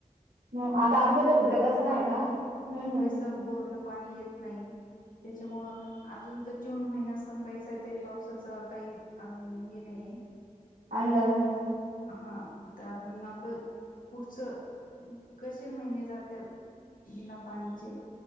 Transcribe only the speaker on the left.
आणि
बोरलां
पणं
पाणी
पुरेस
बोरलां पाणी येतं नाहीं त्यांच्यामुळे अजूंन तरं जूंन महिनां संपायचा आहे तरी पावसाचं कांहीं अजूंन हे नाहींये
हां त्यां अजूंन आपणं पुढच, कसे महिने जात्याल बिना पाणीचे